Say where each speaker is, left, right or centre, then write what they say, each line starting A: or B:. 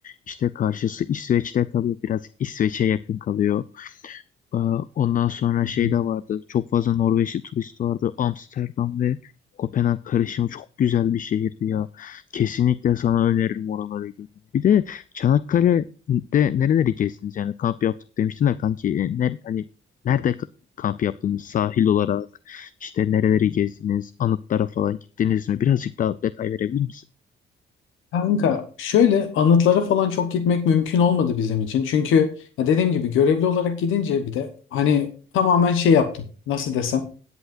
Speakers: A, on the left; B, on the left.
A: işte karşısı İsveç'te kalıyor. Biraz İsveç'e yakın kalıyor. Ee, Ondan sonra
B: Hı
A: şey
B: hı.
A: de vardı. Çok fazla Norveçli turist vardı. Amsterdam ve Kopenhag karışımı çok güzel bir şehirdi ya. Kesinlikle sana öneririm oraları görmeni. Bir de Çanakkale'de nereleri gezdiniz? Yani kamp yaptık demiştin de kanki. e, Ne, hani nerede ka- kamp yaptınız? Sahil olarak işte nereleri gezdiniz? Anıtlara falan gittiniz mi? Birazcık daha detay verebilir misin?
B: Kanka şöyle anıtlara falan çok gitmek mümkün olmadı bizim için. Çünkü ya dediğim gibi görevli olarak gidince bir de hani tamamen şey yaptım. Nasıl desem